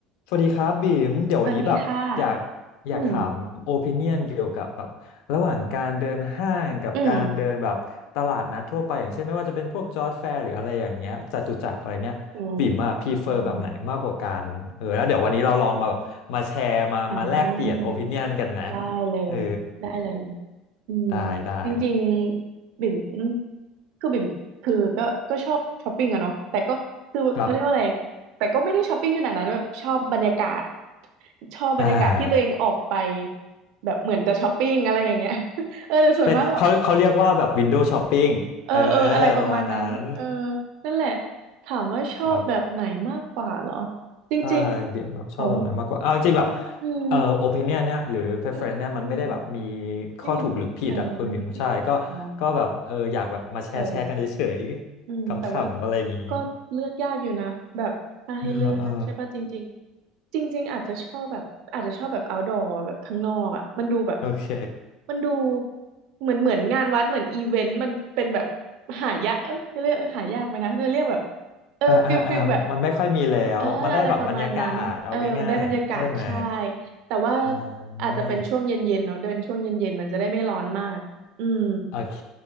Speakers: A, on the left; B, on the right.
A: สวัสดีครับบีมเดี๋ยววันนี้แบบอยาก
B: สวัสดีค่ะ
A: อยากถามโอปิเนียนเกี่ยวกับแบบระหว่างการเดินห้างกับการเดินแบบตลาดนัดทั่วไปอย่างเช่นไม่ว่าจะเป็นพวกจอร์จแฟร์หรืออะไรอย่างเงี้ยจตุจักรอะไรเงี้ยบีมอะพรีเฟอร์แบบไหนมากกว่ากันเออแล้วเดี๋ยววันนี้เราลองมาแบบมาแชร์มามาแลกเปลี่ยนโอปิเนียนกันนะ
B: อืมอืมอืมอ่าได้เลย
A: เออ
B: ได้เลยอืม
A: ได้ได้
B: จริงๆบิ่มคือบิ่มคือก็ก็ชอบช้อปปิ้งอะเนาะแต่ก็คือเขาเรียกว่าอะไร
A: ครับ
B: แต่ก็ไม่ได้ช้อปปิ้งขนาดนั้นแบบชอบบรรยากาศ ชอบบรรยากาศที่ตัวเองออกไป
A: อ่า
B: แบบเหมือนจะช้อปปิ้งอะไรอย่างเงี้ย <laughs> เออแต่ส่วนมากแบบ
A: เป็นเขาเขาเรียกว่าแบบวินโดว์ช้อปปิ้งเออ
B: เออเอออะไรประมาณนั้นเออ
A: ประมาณนั้น
B: นั่นแหละ ถามว่าชอบแบบไหนมากกว่าเหรอ
A: ครับ
B: จริงๆโอ้
A: ใช่บิ่มแบบชอบแบบไหนมากกว่าเอาจริงๆแบบ
B: อืม
A: เอ่อโอปิเนียเนี่ยหรือ preference
B: อืม อืมอืม
A: เนี่ยมันไม่ได้แบบมีข้อถูกหรือผิดอ่ะคุณบิ่มใช่ก็ก็แบบเอออยากแบบมาแชร์แชร์กันเฉยๆขำๆอะไรอย่างนี้
B: ไม่มีเออไม่มีผิดมีถูกเนาะเออ อืมแต่ว่าก็เลือกยากอยู่นะแบบถ้าให้เลือกใช่ป่ะจริงๆจริงๆอาจจะชอบแบบอาจจะชอบแบบ
A: เออเออ
B: outdoor แบบข้างนอกอ่ะมันดูแบบ
A: โอเค
B: มันดูเหมือนเหมือนงานวัดเหมือนอีเวนต์มันเป็นแบบหายากเอ้ยจะเรียกหายากไหมนะจะเรียกแบบเออฟิลฟิลแบบ
A: อ่าอ่าอ่ามันไม่ค่อยมีแล้วมันได้แบบบรรยากาศเอาง่ายๆใช่ไหม
B: เอออะไรประมาณนั้นเออมันได้บรรยากาศใช่แต่ว่า
A: อ่
B: อาจจะเป็นช่วงเย็นๆเนาะเดินช่วงเย็นๆมันจะได้ไม่ร้อนมากอืม
A: าโอเค